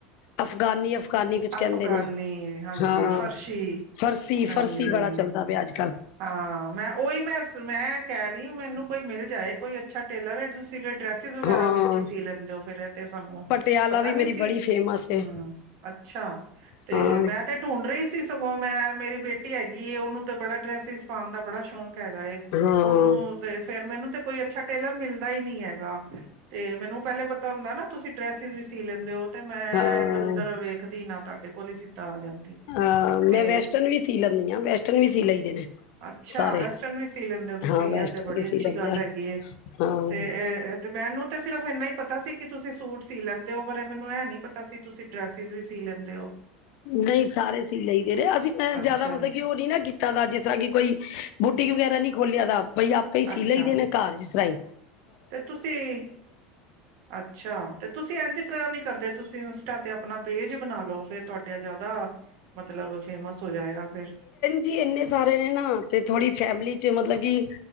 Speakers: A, on the left; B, on the right.
A: ਅਫਗਾਨੀ-ਅਫਗਾਨੀ ਕੁਛ
B: ਅਫਗਾਨੀ
A: ਕੈਂਦੇ ਨੇ
B: ਹਾਂਜੀ
A: ਹਾਂ
B: ਫਰਸ਼ੀ
A: ਫਰਸੀ-ਫਰਸੀ
B: ਹਾਂਜੀ
A: ਵਾਲਾ ਚੱਲਦਾ ਪਿਆ ਅੱਜ-ਕੱਲ।
B: ਹਾਂ ਮੈਂ ਔਇ ਮੈਂ, ਮੈਂ ਕੈ ਰਈ ਮੈਨੂੰ ਕੋਈ ਮਿਲ ਜਾਏ ਕੋਈ ਅੱਛਾ ਟੇਲਰ ਤੁਸੀਂ ਜੇੜੇ ਡਰੈਸ ਸਿਸ ਵਗੈਰਾ
A: ਹਾਂ
B: ਵੀ ਅੱਛੀ ਸੀ ਲੈਂਦੇ ੳ ਫੇਰ ਤੇ ਸਾਨੂੰ
A: ਪਟਿਆਲਾ
B: ਪਤਾ
A: ਵੀ
B: ਨੀ
A: ਮੇਰੀ
B: ਸੀ।
A: ਬੜੀ ਫੇਮਸ
B: ਹੂੰ,
A: ਏ।
B: ਅੱਛਾ ਤੇ
A: ਹਾਂ
B: ਮੈਂ ਤੇ ਢੂੰਢ ਰਈ ਸੀ ਸਗੋਂ ਮੈਂ ਮੇਰੀ ਬੇਟੀ ਹੈਗੀ ਏ ਉਨੂੰ ਤੇ ਬੜਾ ਡਰੈਸਿਸ ਪਾਨ ਦਾ ਬੜਾ ਸ਼ੌਂਕ ਹੈਗਾ ਏ।
A: ਹਾਂ
B: ੳਨੂੰ ਤੇ ਫੇਰ ਮੈਨੂੰ ਤੇ ਕੋਈ ਅੱਛਾ ਟੇਲਰ ਮਿਲਦਾ ਈ ਨਈ ਹੈਗਾ। ਤੇ ਮੈਨੂੰ ਪੈਲੇ ਪਤਾ ਹੁੰਦਾ ਨਾ ਤੁਸੀਂ ਡਰੈਸਿਸ ਵੀ ਸੀ ਲੈਂਦੇ ੳ ਤੇ ਮੈਂ
A: ਹਾਂ
B: ਏਧਰ-ਔਧਰ ਵੇਖਦੀ ਨਾ ਤਾਡੇ ਕੋਲ ਈ ਸਿੱਧਾ ਆ ਜਾਂਦੀ,
A: ਅ
B: ਤੇ
A: ਮੈਂ ਵੈਸਟਰਨ ਵੀ ਸੀ ਲੈਂਨੀ ਆਂ, ਵੈਸਟਰਨ ਵੀ ਸੀ ਲਈ ਦੇ ਨੇ।
B: ਅੱਛਾ
A: ਸਾਰੇ।
B: ਵੈਸਟਰਨ ਵੀ ਸੀ ਲੈਂਦੇ ੳ ਤੁਸੀਂ,
A: ਹਾਂ ਵੈਸਟਰਨ
B: ਐ ਤੇ ਬੜੀ
A: ਵੀ
B: ਅੱਛੀ
A: ਸੀ ਲੈਂਦੇ
B: ਗੱਲ
A: ਆ
B: ਹੈਗੀ ਏ,
A: ਹਾਂ।
B: ਤੇ ਤੇ ਮੈਨੂੰ ਤੇ ਸਿਰਫ ਏਨਾ ਈ ਪਤਾ ਸੀ ਕਿ ਤੁਸੀਂ ਸੂਟ ਸੀ ਲੈਂਦੇ ੳ ਪਰੇ ਮੈਨੂੰ ਐ ਨੀ ਪਤਾ ਸੀ ਤੁਸੀਂ ਡਰੈਸਿਸ ਵੀ ਸੀ ਲੈਂਦੇ ੳ।
A: ਨਈ ਸਾਰੇ ਸੀ ਲਈ ਦੇ ਨੇ ਅਸੀਂ ਮੈਂ
B: ਅੱਛਾ
A: ਜਾਦਾ ਮਤਲਬ ਕਿ ੳ ਨਈ ਨਾ ਕੀਤ ਤਾ ਦਾ ਜਿਸ ਤਰ੍ਹਾਂ ਕਿ ਕੋਈ ਬੂਟੀਕ ਵਗੈਰਾ ਨੀ ਖੋਲਿਆ ਦਾ ਬਈ ਆਪੇ ਈ
B: ਅੱਛਾ
A: ਸੀ ਲਈ ਦੇ ਨੇ ਘਾਰ ਜਿਸ ਤਰਾਈ
B: ਤੇ ਤੁਸੀਂ ਅੱਛਾ, ਤੇ ਤੁਸੀਂ ਏੰਝ ਕਂਯੋ ਨੀ ਕਰਦੇ ਤੁਸੀਂ ਇੰਸਟਾ ਤੇ ਆਪਨਾ ਪੇਜ ਬਨਾ ਲੋ ਫੇਰ ਤੁਹਾਡੇ ਜਾਦਾ ਮਤਲਬ ਫੇਮਸ ਹੋ ਜਾਏਗਾ ਫੇਰ
A: ਜੀ ਏਨੇ ਸਾਰੇ ਨੇ ਨਾ ਤੇ ਥੋੜ੍ਹੀ ਫੈਮਿਲੀ ਚ ਮਤਲਬ ਕਿ